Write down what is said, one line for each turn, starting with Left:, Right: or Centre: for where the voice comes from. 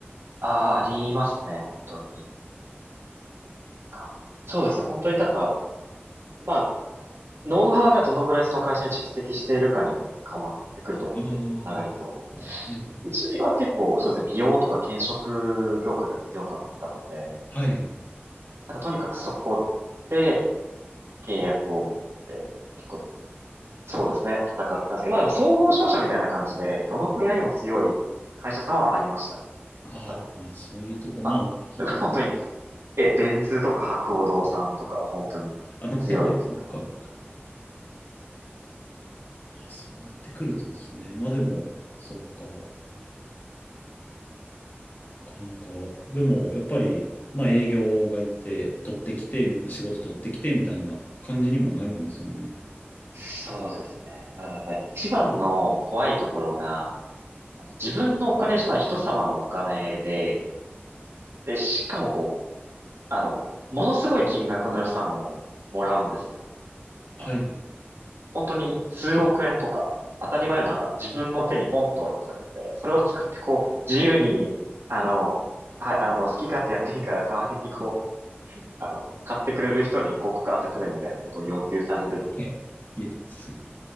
Right: ああ、ありますね、本当に。かそうですね、本当になんか、まあ、ノウハウがどのぐらいその会社に蓄積しているかによって変わってくると思っていて、
Left: ああー、
Right: つながりと。
Left: あはい。
Right: うちは結構、そうですね、美容とか検食業界が強かったので、
Left: はい。
Right: なんかとにかくそこで契約を持って、結構、そうですね、戦ってたんですけど、まあでも総合商社みたいな感じで、どの分野にも強い会社さんはありましたね。
Left: ああ、
Right: やっぱり。
Left: まあそういうとこ、まあ大きいところ。
Right: あ、それこそ本当に、え、電通とか博報堂さんとかは本当に強いですね、
Left: あの辺は、そっか。
Right: どこの国
Left: あ、そうなってくるとですね。まあでも、そっか。なかなか。でも、やっぱり、
Right: え
Left: まあ営業がいて、取ってきて、みたいな、仕事取ってきて、みたいな感じにもなるんですよね。
Right: そうですね。まあ、やっぱり一番の怖いところが、あの、自分のお金じゃない人様のお金で、で、しかもこう、あの、ものすごい金額の予算をもらうんですよね。
Left: はい。
Right: まあ、本当に数億円とか、当たり前のなんか自分の手にポンと渡されて、それを使ってこう、自由に、あの、はい、あの、好き勝手やっていいから代わりにこあの、買ってくれる人に広告当ててねみたいなことを要求されるので、
Left: いや、いやす